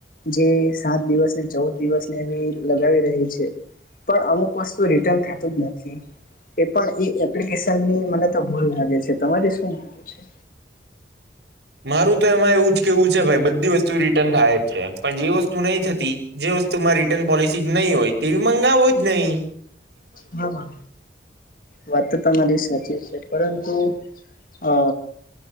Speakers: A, on the left (about 50°); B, on the right (about 75°).
A: જે સાત દિવસ ને ચૌદ દિવસ ને એવી લગાવી રહી છે. પણ અમુક વસ્તુ રિટન થતું જ નથી એ પણ્ ની મને તો ભૂલ લાગે છે. તમારી શું છે?
B: મારું તો એમાં એવું જ કેવું છે ભાઈ બધી વસ્તુ રિટર્ન થાય જ છે પણ જે વસ્તુ નહી થતી જે વસ્તુ મા રિટર્ન પોલિસી જ નહીં હોય તે મંગાવો જ નહી.
A: હા. વાત તો તમારી સાચી છે. પરંતુ અ